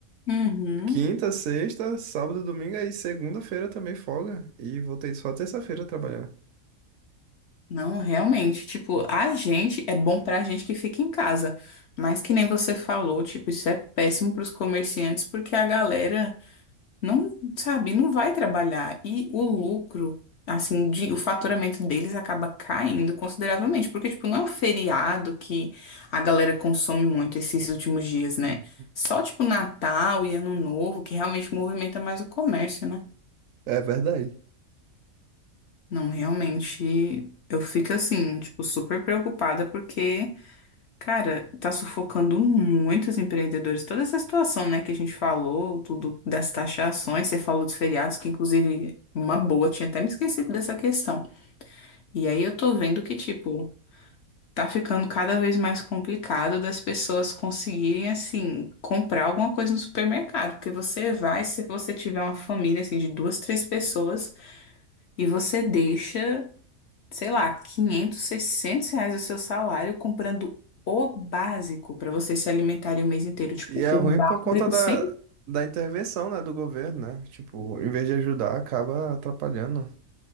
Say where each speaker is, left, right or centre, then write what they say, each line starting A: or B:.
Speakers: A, on the left; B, on the right.
A: Uhum.
B: quinta, sexta, sábado, domingo, aí segunda-feira também folga. E voltei só terça-feira a trabalhar.
A: Não, realmente, tipo, a gente é bom pra gente que fica em casa, mas que nem você falou, tipo, isso é péssimo pros comerciantes porque a galera não, sabe, não vai trabalhar e o lucro, assim, de- o faturamento deles acaba caindo consideravelmente, porque tipo, não é um feriado que a galera consome muito esses últimos dias, né?
B: Hum.
A: Só tipo Natal e Ano Novo que realmente movimenta mais o comércio, né?
B: É verdade.
A: Não, realmente, eu fico assim, tipo, super preocupada porque Cara, tá sufocando muitos empreendedores. Toda essa situação, né, que a gente falou, tudo das taxações, você falou dos feriados, que inclusive uma boa, tinha até me esquecido dessa questão. E aí eu tô vendo que, tipo, tá ficando cada vez mais complicado das pessoas conseguirem, assim, comprar alguma coisa no supermercado. Porque você vai, se você tiver uma família, assim, de duas, três pessoas, e você deixa sei lá, 500, 600 reais o seu salário comprando o básico para vocês se alimentarem o mês inteiro. Tipo,
B: E é
A: o
B: ruim
A: básico
B: por conta da,
A: sem
B: da intervenção, né, do governo, né? Tipo, em vez de ajudar, acaba atrapalhando.